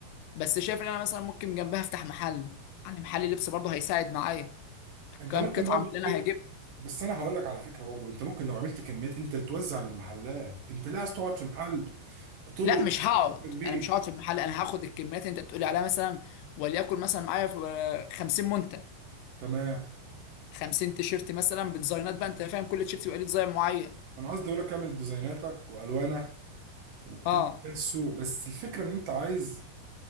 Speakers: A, on the left; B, on the right.
A: بس شايف ان انا مثلا ممكن جنبها افتح محل يعني محل لبس برضه هيساعد معايا
B: انت
A: كام
B: ممكن
A: قطعه
B: برضو
A: من اللي
B: تبيع-
A: انا هجيب
B: بس انا هقول لك على فكره برضو انت ممكن لو عملت كميات انت توزع للمحلات انت ليه عايز تقعد في محل طول
A: لا
B: اليوم
A: مش هقعد
B: كبير
A: انا مش هقعد في المحل انا هاخد الكميات اللي انت بتقولي عليها مثلا وليكن مثلا معايا في آه، 50 منتج
B: تمام
A: 50 تيشيرت مثلا بديزاينات بقى انت فاهم كل تيشيرت يبقى ليه ديزاين معين
B: انا قصدي اقول لك اعمل ديزايناتك والوانك وتنزل
A: اه
B: بيها السوق بس الفكره ان انت عايز